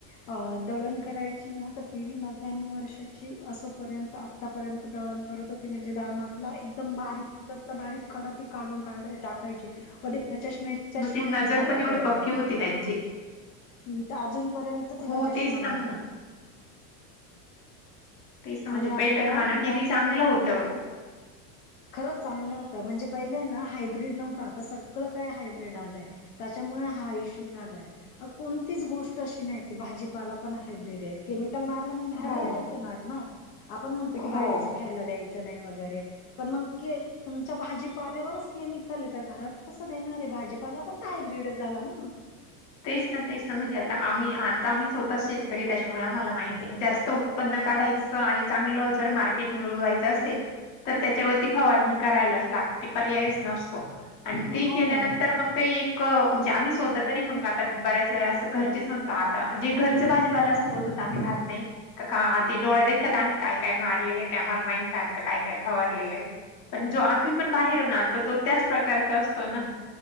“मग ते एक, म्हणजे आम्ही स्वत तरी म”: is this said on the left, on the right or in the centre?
Left